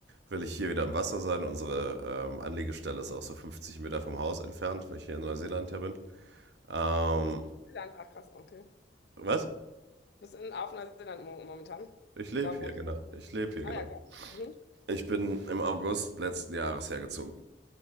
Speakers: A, on the right; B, on the left.
A: will ich hier wieder im Wasser sein. Unsere ähm, Anlegestelle ist auch so 50 Meter vom Haus entfernt, weil ich hier in Neuseeland ja bin. Ähm,
B: Und du bist in Neuseeland, ach krass, okay.
A: was?
B: bist in, auf Neuseeland mo momentan.
A: Ich lebe
B: Da
A: hier,
B: wohnst
A: genau.
B: du.
A: Ich lebe hier,
B: Ah
A: genau.
B: ja, geil. Mhm.
A: Ich bin im August letzten Jahres hergezogen.